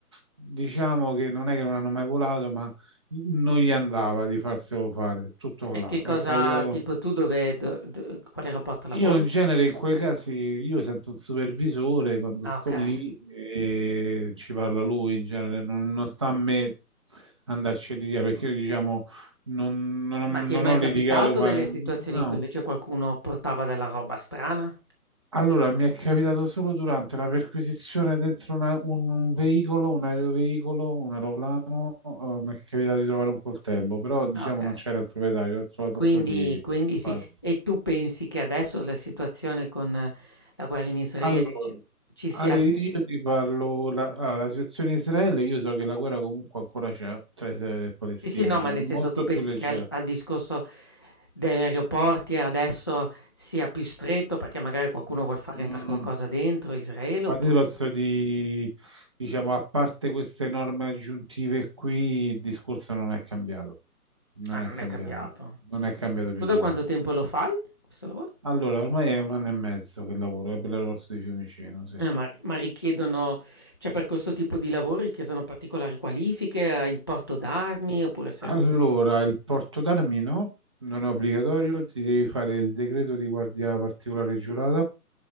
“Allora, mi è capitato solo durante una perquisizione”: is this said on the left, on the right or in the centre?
Right